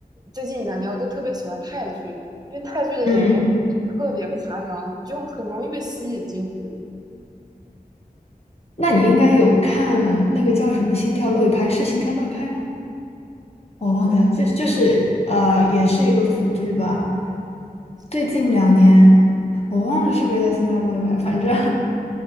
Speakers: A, on the right (about 25°); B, on the left (about 40°).
A: 最近一两年我就特别喜欢泰剧，因为泰剧的演员特别夸张，
B: 嗯，
A: 你就很容易被吸引进去。
B: 那你应该有看那个叫什么《心跳漏一拍》，是《心跳漏一拍》吗？我忘记了，
A: 对，
B: 就就是呃，也是一个腐剧吧。
A: <laughs>
B: 最近两年，我忘了是不是叫《心跳漏一拍》，反正